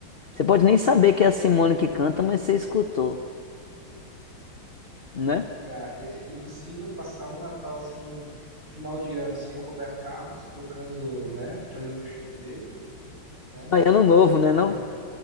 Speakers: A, on the left; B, on the right.
A: Você pode nem saber que é a Simone que canta, mas você escutou, né?
B: tá, é- é impossível passar um Natal sem, o final de ano sem o Roberto Carlos tocando, né? Fazendo o show dele, né?
A: Aí, ano novo, né,
B: Tocando,
A: não?